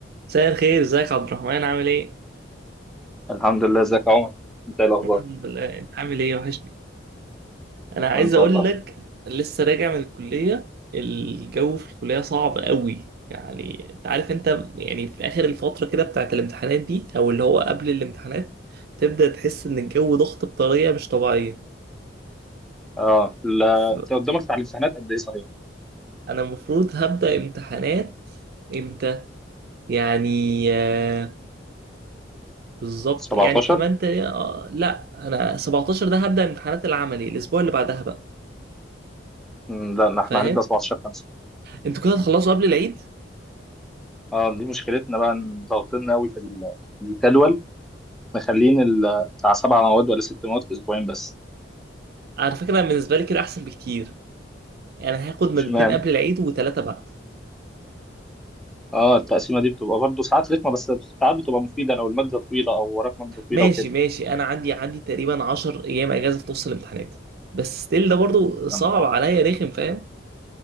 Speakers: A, on the right; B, in the centre.
A: مساء الخير ازيك يا عبد الرحمن عامل ايه؟
B: الحمد لله ازيك يا عمر انت ايه الاخبار
A: الحمد لله انت عامل ايه وحشني انا عايز
B: وانت
A: اقول
B: والله
A: لك لسه راجع من الكلية الجو في الكلية صعب قوي يعني انت عارف انت يعني في اخر الفترة كده بتاعت الامتحانات دي او اللي هو قبل الامتحانات تبدأ تحس ان الجو ضغط بطريقة مش طبيعية
B: اه لا
A: فانا
B: انت قدامك على الامتحانات قد ايه صحيح
A: المفروض هبدأ امتحانات امتى يعني آه، بالظبط
B: 17
A: يعني كمان تقريبا- آه، لا انا 17 ده هبدأ امتحانات العملي الاسبوع اللي بعدها بقى
B: مم، لا لا،
A: فاهم
B: احنا هنبدا 17 5
A: انتوا كده هتخلصوا قبل العيد
B: اه دي مشكلتنا بقى ان ضاغطين قوي في ال- في الجدول مخلين ال- بتاع سبع مواد ولا ست مواد في اسبوعين بس
A: على فكره أنا بالنسبه لي كده احسن بكتير يعني هاخد مادتين
B: اشمعنى
A: قبل العيد وثلاثه بعد
B: اه التقسيمه دي بتبقى برضه ساعات رخمه بس ساعات بتبقى مفيده لو الماده طويله او وراك ماده طويله
A: ماشي
B: وكده
A: ماشي انا عندي عندي تقريبا 10 ايام اجازه في نص الامتحانات بس ستيل ده برضو صعب
B: يا نهار أبيض.
A: عليا رخم فاهم